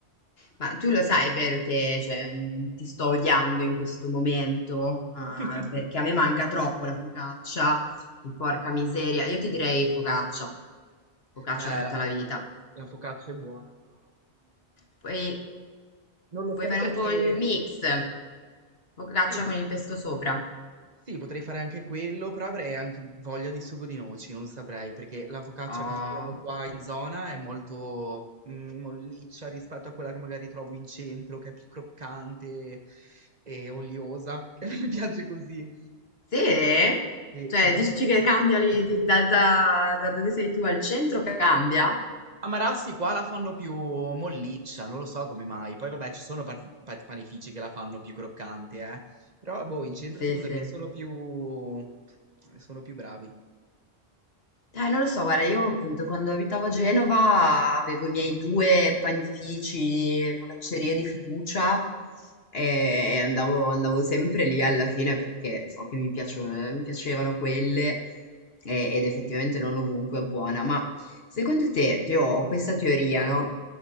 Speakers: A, on the left; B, on the right.
A: Ma tu lo sai, vero che cioè, mh, ti sto odiando in questo momento, Ah,
B: <laughs>
A: perché a me manca troppo la focaccia, e porca miseria. Io ti direi focaccia, focaccia
B: Eh,
A: tutta
B: la, fo-
A: la vita.
B: la focaccia è buona, però mm,
A: Poi
B: non lo
A: puoi
B: so
A: fare
B: perché...
A: un po' il mix, focaccia
B: Sì, boh,
A: con il pesto sopra.
B: Sì, potrei fare anche quello, però avrei anche voglia di sugo di noci, non saprei, perché la focaccia
A: Oh,
B: che abbiamo qua in zona è molto mm, molliccia rispetto a quella che magari trovo in centro, che è più croccante e oliosa, <laughs> che mi piace così.
A: sì?
B: Sì,
A: Cioè,
B: mi piace
A: dici
B: più
A: che
B: croccante.
A: cambia lì, di- da, da- da dove sei tu al centro, cambia?
B: A Marassi qua la fanno più molliccia, non lo so come mai. Poi vabbè, ci sono parti- pa- panifici che la fanno più croccante, eh. Però boh, in centro
A: Sì,
B: secondo
A: sì.
B: me sono più sono più bravi.
A: Eh, non lo so, guarda, io appunto quando abitavo a Genova avevo i miei due panifici, focaccerie di fiducia e andavo, andavo sempre lì alla fine perché so che mi piacio- mi piacevano quelle e- ed effettivamente non ovunque è buona. Ma secondo te, io ho questa teoria, no?